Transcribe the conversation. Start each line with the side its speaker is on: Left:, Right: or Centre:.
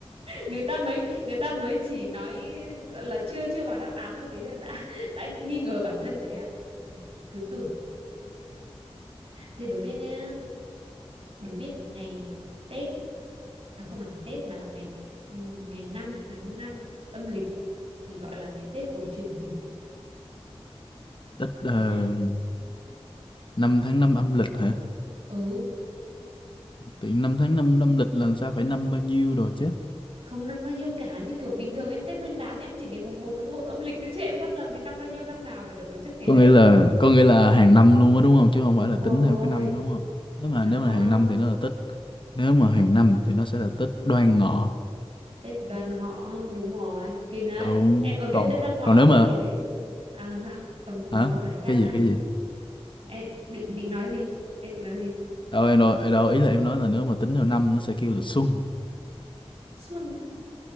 Right: người ta mới người ta mới chỉ nói gọi là chưa chưa vào đáp án một tí là đã <laughs> đã nghi ngờ bản thân thế à cứ tưởng thế đố biết nhá đố biết ngày Tết à không phải ngày Tết mà là ngày ừm, ngày 5 tháng 5 âm lịch thì gọi là ngày Tết cổ truyền gì
Left: Tết
Right: ở Việt
Left: uh,
Right: Nam
Left: 5 tháng 5 âm lịch hả?
Right: ừ
Left: Tự nhiên 5 tháng năm âm lịch là sao phải năm bao nhiêu rồi chứ?
Right: không năm bao nhiêu cả như kiểu bình thường em Tết Nguyên đán em cũng chỉ ngày mùng một tháng một âm lịch thôi chứ em có làm gì năm bao nhiêu năm nào mà chả tổ chức ngày
Left: có
Right: đấy
Left: nghĩa là có nghĩa là hàng năm luôn á đúng không chứ không phải
Right: đúng
Left: là tính
Right: rồi
Left: theo cái năm đúng không
Right: hàng
Left: nếu mà
Right: năm
Left: nếu mà
Right: đó
Left: hàng năm thì nó là tích nếu mà hàng năm thì nó sẽ là tích đoan ngọ
Right: Tết Đoan Ngọ đúng rồi kinh đấy
Left: đúng
Right: em còn biết
Left: còn
Right: Tết Đoan Ngọ
Left: còn nếu
Right: ngày
Left: mà
Right: đấy à làm sao còn
Left: hả
Right: còn có cái khác
Left: cái
Right: nữa
Left: gì
Right: à
Left: cái gì
Right: em định định nói gì em định nói gì
Left: đâu em đâu em đâu ý là em nói là nếu mà tính theo năm nó sẽ kêu là xuân
Right: Xuân á